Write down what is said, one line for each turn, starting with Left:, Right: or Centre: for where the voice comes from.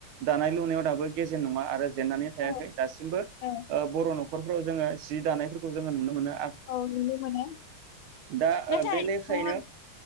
Right: दानाय-लुनायाव दाबो गेजेन नङा आरो जेनन्नानै थायाखै
Left: औ
Right: दासिमबो
Left: औ
Right: ओ बर नखरफोराव जोङो जि दानायफोरखौ जोङो नुनो मोना
Left: औ नुनो मोनो
Right: दा
Left: नाथाय
Right: ओ बे लेखायैनो
Left: ओ